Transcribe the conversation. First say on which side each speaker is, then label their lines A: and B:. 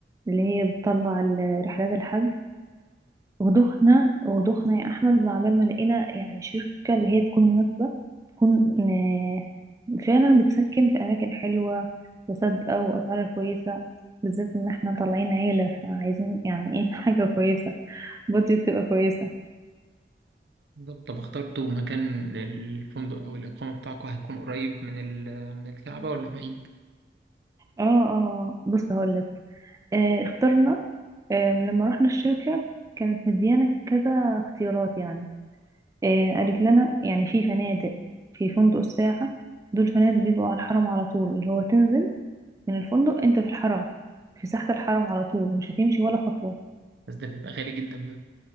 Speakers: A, on the right (about 20°); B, on the right (about 70°).
A: اللي هي بتطلع ال- رحلات الحج ودخنا ودخنا يا احمد وعبال ما لقينا يعني شركه اللي هي تكون مناسبه تكون آه، فعلا بتسكن في اماكن حلوه وصادقه واسعارها كويسه بالذات ان احنا طالعين عيله فعايزين يعني ايه <laughs> حاجه كويسه بادجت تبقى كويسه
B: بالظبط طب اخترتوا مكان الفندق او الاقامه بتاعكم هيكون قريب من ال- من الكعبه ولا بعيد
A: اه اه آه. بص هقول لك آه اخترنا آه، لما رحنا الشركه كانت مديانا كذا اختيارات يعني آه، قالت لنا يعني في فنادق في فندق الساعه دول فنادق بيبقوا على الحرم على طول اللي هو تنزل من الفندق انت في الحرم في ساحة الحرم على طول مش هتمشي ولا خطوة
B: بس ده بيبقى غالي جدا ده